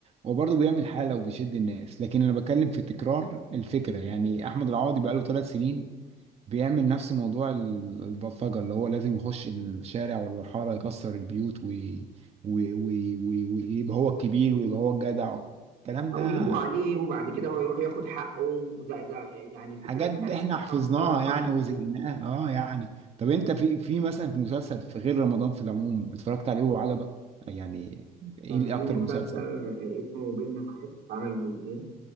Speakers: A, on the right; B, on the right.
A: هو برضه بيعمل حاله وبيشد الناس لكن انا بتكلم في تكرار الفكره يعني احمد العوضي بقاله ثلاث سنين بيعمل نفس موضوع ال- البلطجه اللي هو لازم يخش الشارع ولا الحاره يكسر البيوت وي- وي- وي- وي- ويبقى هو الكبير ويبقى هو الجدع الكلام
B: او
A: ده
B: يجوا عليه وبعد كده هو يروح ياخد حقه ده ده يعني فكره
A: حاجات
B: اتهرست
A: دي احنا حفظناها
B: 5000 مره
A: يعني وزهقناها اه يعني طب انت في في مثلا في مسلسل في غير رمضان في العموم اتفرجت عليه وعجبك يعني ايه
B: كان
A: اللي
B: في
A: اكتر
B: مسلسل
A: مسلسل
B: اسمه بيننا معاد عمل جزئين